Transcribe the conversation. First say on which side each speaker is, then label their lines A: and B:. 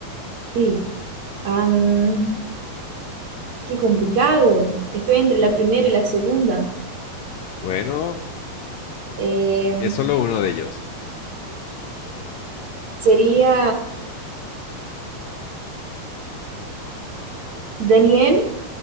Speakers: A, on the right; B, on the left.
A: Sí. Am, qué complicado. Estoy entre la primera y la segunda.
B: Bueno,
A: Eh,
B: es solo uno de ellos.
A: sería Daniel.